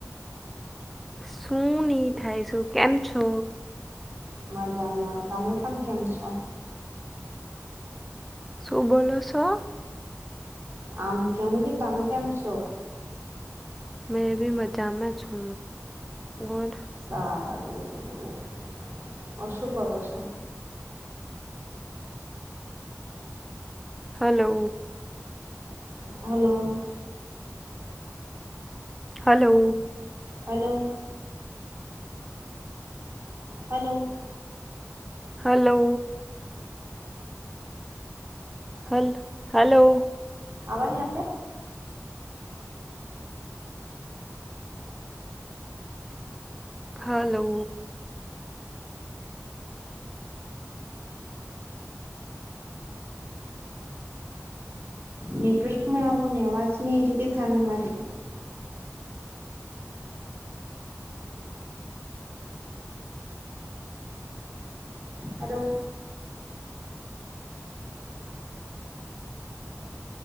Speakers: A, in the centre; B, on the right.
A: શું ની થાય શું કેમ છો?
B: મજામાં તમે પણ કેમ છો?
A: શું બોલોસો.
B: આમ કેવું કે તમે કેમ છો?
A: મેં બી મજામે છુ હું
B: સારું હ શું કરો છો.
A: Hello.
B: Hello.
A: Hello.
B: Hello. Hello.
A: Hello. હલ હલો.
B: આવાની અએ.
A: હાલો.
B: નેટવર્ક માં આવો ને અવાજની એરી કે થાને મારી. Hello.